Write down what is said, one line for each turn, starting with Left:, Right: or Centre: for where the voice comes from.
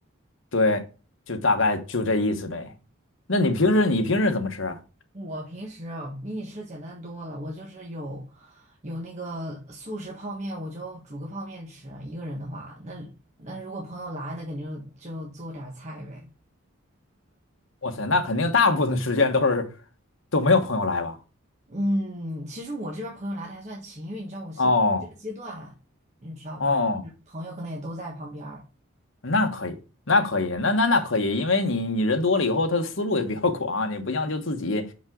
Left: 对，就大概就这意思呗。那你平时你平时怎么吃啊？
Right: 我平时啊比你吃简单多了。我就是有有那个速食泡面，我就煮个泡面吃。一个人的话，那那如果朋友来，那肯定就做点儿菜呗。
Left: 哇塞，那肯定大部分的时间都是都没有朋友来吧？
Right: 嗯，其实我这边朋友来的还算勤，因为你知道我是这个阶段，
Left: 哦
Right: 你知道吧？
Left: 哦
Right: 就是朋友可能也都在旁边儿。
Left: 那可以，那可以，那那那可以，因为你你人多了以后，他的思路也比较 <laughs> 广，你不像就自己，